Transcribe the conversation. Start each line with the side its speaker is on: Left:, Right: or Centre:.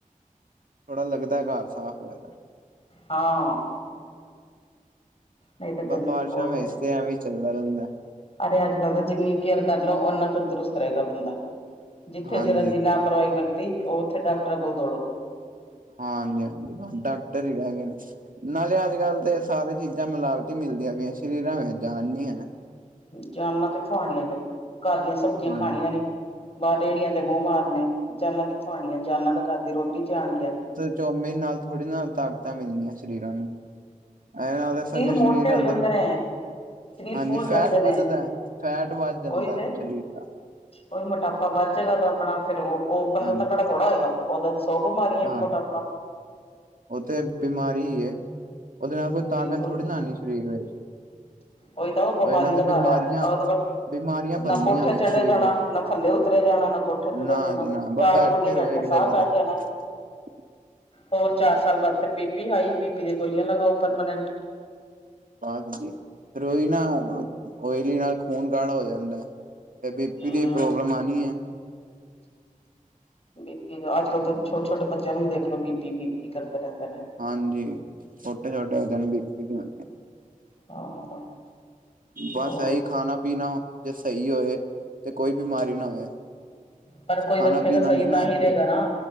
Right: ਥੋੜਾ ਲੱਗਦਾ ਘਰ ਸਾਫ਼ ਹੋਇਆ
Left: ਹਾਂ ਨਹੀਂ ਤਾਂ
Right: ਬ
Left: ਗੰਦਗੀ
Right: ਬਾਰਿਸ਼ਾਂ
Left: ਬਹੁਤ
Right: ਵੇਚ
Left: ਰਹਿੰਦੀ
Right: ਤੇ ਐਵੇਂ ਈ ਚੱਲਦਾ ਰਹਿੰਦਾ
Left: ਅਰੇ ਅੱਜ ਕੱਲ ਦਾ ਜਿੰਨੀ ਕੇਅਰ ਕਰ ਲਓ ਓਨਾ ਤੰਦਰੁਸਤ ਰਹੇਗਾ ਬੰਦਾ ਜਿੱਥੇ
Right: ਹਾਂਜੀ
Left: ਜਰਾ ਜ਼ਿਨਾ ਪਰਾਈ ਵਰਤੀ ਉਹ ਉੱਥੇ ਡਾਕਟਰ ਕੋਲ ਦੌੜੋ
Right: ਹਾਂਜੀ ਹਾਂਜੀ ਬਸ ਡਾਕਟਰ ਹੀ ਰਹਿ ਗਏ ਨੇ ਨਾਲੇ ਅੱਜ ਕੱਲ ਤੇ ਸਾਰੇ ਚੀਜ਼ਾਂ ਮਿਲਾਵਟੀ ਮਿਲਦੀਆਂ ਪਈਆਂ ਸਰੀਰਾਂ ਵਿੱਚ ਜਾਣ ਨੀ ਐ
Left: ਜਾਨਾ ਕਿੱਥੋਂ ਆਣੀਆਂ ਜਦੋਂ ਘਰ ਦੀਆਂ ਸਬਜ਼ੀਆਂ
Right: ਹਾਂਜੀ
Left: ਖਾਣੀਆਂ ਨੇ ਬਾਹਰ ਜਿਹੜੀਆਂ ਬਾਹਰ ਤੇ ਮੂੰਹ ਮਾਰਨੇ ਜਾਨਾ ਕਿੱਥੋਂ ਆਉਣੀਆਂ ਜਾਨਾ ਤਾਂ ਘਰ ਦੀ ਰੋਟੀ ਚੱ ਆਣਗੀਆਂ ਨਾ
Right: ਚਾਊਮਿਨ ਨਾਲ ਥੋੜ੍ਹੀ ਨਾ ਤਾਕਤਾਂ ਮਿਲਦੀਆਂ ਸਰੀਰਾਂ ਨੂੰ ਇਹਦੇ ਨਾਲ ਤਾਂ ਸਗੋਂ
Left: ਮੋਟੇ
Right: ਸਰੀਰ
Left: ਹੋ
Right: ਅੰਦਰ
Left: ਜਾਂਦੇ ਨੇ ਸਰੀਰ
Right: ਹਾਂਜੀ
Left: ਫੁੱਲ ਜਾਂਦੇ
Right: ਫੈਟ ਵੱਧਦਾ
Left: ਨੇ
Right: ਫੈਟ ਵੱਧ ਜਾਂਦਾ
Left: ਉਹੀ ਤੇ
Right: ਸਰੀਰ ਦਾ
Left: ਉਹੀ ਮੋਟਾਪਾ ਵੱਧ ਜਾਏਗਾ ਤਾਂ ਆਪਣਾ ਫਿਰ ਉਹ ਬੰਦਾ
Right: ਹਾਂਜੀ
Left: ਤਕੜਾ ਥੋੜਾ ਹੋਏਗਾ ਉਹਦਾ ਸਭ ਬਿਮਾਰੀ ਇੱਕ
Right: ਹਾਂ
Left: ਮੋਟਾਪਾ
Right: ਉਹ ਤੇ ਬਿਮਾਰੀ ਉਹਦੇ ਨਾਲ ਕੋਈ ਤਾਕਤ
Left: ਬਿਲਕੁਲ
Right: ਥੋੜੀ ਨਾ ਆਉਣੀ ਸਰੀਰ ਵਿੱਚ
Left: ਉਹੀ ਤਾਂ ਉਹ ਬਿਮਾਰੀ
Right: ਇਹਨਾਂ ਤੇ
Left: ਦਾ ਘਰ
Right: ਬਿਮਾਰੀਆਂ
Left: ਐ <unintelligible>
Right: ਬਿਮਾਰੀਆਂ ਬਣਨੀਆਂ
Left: ਨਾ ਕੋਠੇ
Right: ਵੇ
Left: ਚੜ੍ਹੇ
Right: ਸਰੀਰ
Left: ਜਾਣਾ
Right: ਵਿੱਚ
Left: ਨਾ ਥੱਲੇ ਉਤਰੇ ਜਾਣਾ ਨਾ ਕੋਠੇ ਚੜ੍ਹੇ
Right: ਨਾ
Left: ਜਾਣਾ
Right: ਜੀ ਨਾ ਬਸ
Left: ਚਾਰ
Right: ਬੈਠੇ
Left: ਪੌੜੀਆਂ ਚੜ
Right: ਰਹੋ ਇੱਕ
Left: ਕੇ ਸਾਹ
Right: ਜਗ੍ਹਾ
Left: ਚੜ
Right: ਤੇ
Left: ਜਾਣਾ <unintelligible>
Right: <unintelligible>
Left: ਹੋਰ ਚਾਰ ਸਾਲ ਬਾਅਦ ਫਿਰ ਬੀ ਪੀ ਹਾਈ ਫਿਰ ਬੀ ਪੀ ਦੀਆਂ ਗੋਲੀਆਂ ਲਗਾਓ ਪਰਮਾਨੈਂਟ
Right: ਬਸ ਜੀ ਫਿਰ ਉਹੀ ਨਾ ਓਇਲੀ ਨਾਲ ਖੂਨ ਗਾੜਾ ਹੋ ਜਾਂਦਾ ਤੇ ਬੀ ਪੀ
Left: ਹੂੰ
Right: ਦੀ ਪ੍ਰੋਬਲਮ ਆਣੀ ਏ
Left: ਬੀਪੀ ਅੱਜ ਕੱਲ੍ਹ ਤਾਂ ਛੋਟੇ ਛੋਟੇ ਬੱਚਿਆਂ ਨੂੰ ਵੀ ਦੇਖ ਲੋ ਬੀਪੀ ਬੀਪੀ ਕਰਦੇ ਰਹਿੰਦੇ ਨੇ
Right: ਹਾਂਜੀ ਛੋਟੇ ਛੋਟੇ ਹਨ ਬੀਪੀ ਦੀਆਂ
Left: ਹਾਂ <unintelligible>
Right: ਬਸ
Left: ਹੋਰ
Right: ਇਹੀ ਖਾਣਾ ਪੀਣਾ ਜੇ ਸਹੀ ਹੋਏ ਤੇ ਕੋਈ ਬਿਮਾਰੀ ਨਾ ਹੋਏ
Left: ਪਰ ਕੋਈ
Right: ਖਾਣਾ
Left: ਰੱਖੇਗਾ
Right: ਪੀਣਾ
Left: ਸਹੀ
Right: ਨੀ ਨਾ
Left: ਤਾਂ
Right: ਹੈ
Left: ਹੀ
Right: ਸਹੀ
Left: ਰਹੇਗਾ ਨਾ